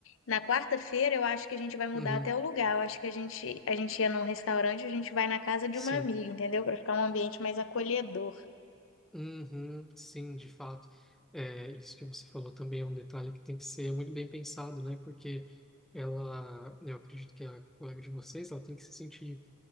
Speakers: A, on the left; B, in the centre.
A: na quarta-feira, eu acho que a gente vai mudar
B: Uhum,
A: até o lugar. Eu acho que a gente a gente ia num restaurante, a gente vai na casa de
B: sim,
A: uma amiga, entendeu? Para ficar um ambiente mais acolhedor.
B: uhum, sim, de fato. É, isso que você falou também é um detalhe que tem que ser muito bem pensado, né? Porque ela, né, eu acredito que a colega de vocês, ela tem que se sentir